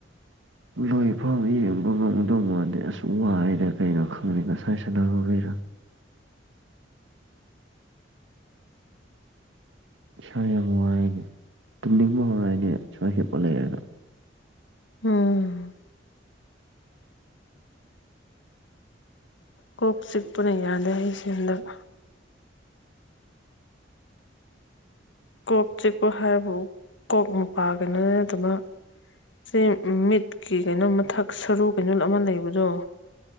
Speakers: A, on the right; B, on the left.
A: ꯂꯣꯏꯐꯧ ꯌꯦꯡꯕ ꯉꯝꯒꯗꯧ ꯃꯥꯗꯤ ꯑꯁ ꯋꯥꯏꯌꯦꯗ ꯀꯩꯅꯣ ꯈꯪꯗꯦ ꯉꯁꯥꯏ ꯁꯥꯟꯅꯕꯩꯔꯥ <unintelligible> ꯏꯁꯥ ꯌꯥꯝ ꯋꯥꯌꯦꯅꯦ ꯇꯨꯝꯅꯤꯡꯕ ꯍꯧꯔꯛꯑꯅꯦ ꯁꯋꯥ ꯍꯤꯞꯄ ꯂꯩꯔꯒꯥ
B: ꯎꯝ ꯀꯣꯛ ꯆꯤꯛꯄꯅ ꯌꯥꯗꯦ ꯑꯩꯁꯦ ꯍꯟꯗꯛ ꯀꯣꯛ ꯆꯤꯛꯄ ꯍꯥꯏꯕꯨ ꯀꯣꯛ ꯃꯄꯥꯒꯅꯤ ꯑꯗꯨꯅ ꯁꯤ ꯃꯤꯠꯀꯤ ꯀꯩꯅꯣꯝ ꯃꯊꯛ ꯁꯔꯨ ꯀꯩꯅꯣ ꯑꯃ ꯂꯩꯕꯗꯣ